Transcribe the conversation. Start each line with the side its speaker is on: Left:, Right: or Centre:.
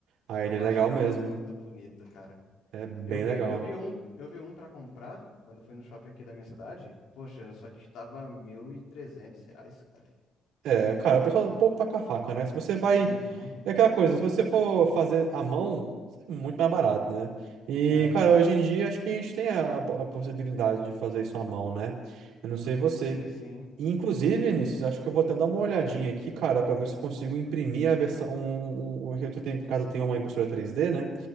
Right: Ah,
Left: Eu
Right: ele é legal
Left: acho aquilo
Right: mesmo,
Left: muito bonito, cara.
Right: é bem
Left: Eu vi,
Right: legal.
Left: eu vi um, eu vi um para comprar quando eu fui no shopping aqui da minha cidade. Poxa, só que tava 1.300 reais, cara.
Right: É, cara, o pessoal, o povo tá com a faca, né? Se você vai.
Left: Uhum.
Right: É aquela coisa, se você for fazer à mão, é muito mais barato, né? E,
Left: É.
Right: cara, hoje em dia acho que a gente tem a, a possibilidade de fazer isso à mão, né? Eu não sei você.
Left: Sim, sim.
Right: E, inclusive, Vinícius, acho que eu vou até dar uma olhadinha aqui, cara, pra ver se eu consigo imprimir a versão. Um, um, eu tenho, em casa eu tenho uma impressora 3D, né?